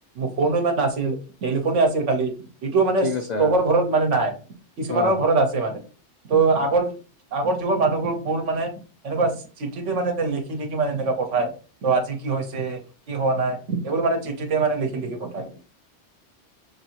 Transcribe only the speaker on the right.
ফোনো ইমান নাছিল টেলিফোনে আছিল খালি। এইটো মানে
চবৰ ঘৰত মানে নাই কিছুমানৰ
ঘৰত আছে মানে ত' আগৰ আগৰ যুগৰ মানুহবোৰবোৰ মানে এনেকুৱা চিঠিতে মানে লিখি লিখি মানে এনেকুৱা পঠায়। ত, আজি কি হৈছে কি হোৱা নাই এইবোৰ মানে চিঠিতে মানে লিখি লিখি পঠায়।